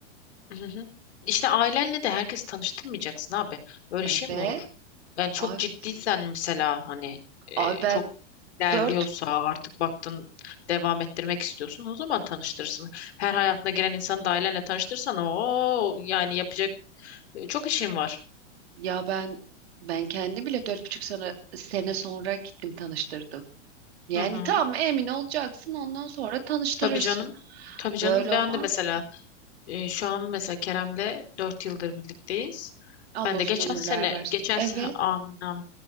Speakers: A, on the left (about 65°); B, on the right (about 60°).
A: Hı hı. işte ailenle de herkes tanıştırmayacaksın abi. Böyle
B: evet
A: şey mi olur? Yani çok
B: abi,
A: ciddiysen mesela hani e,
B: abi ben
A: çok ilerliyorsa
B: dört
A: artık baktın devam ettirmek istiyorsun o zaman tanıştırırsın. Her hayatına giren insanı da ailenle tanıştırırsan o yani yapacak e, çok işin var.
B: ya ben ben kendim bile dört buçuk sene, sene sonra gittim tanıştırdım yani
A: Hı hı.
B: tam emin olacaksın ondan sonra tanıştırırsın
A: Tabii canım. Tabii
B: böyle
A: canım ben
B: olmaz
A: de mesela
B: ki
A: E, şu an mesela Kerem'le 4 yıldır birlikteyiz.
B: Allah
A: Ben de
B: uzun
A: geçen
B: ömürler
A: sene,
B: versin
A: geçen
B: evet
A: sene, anam,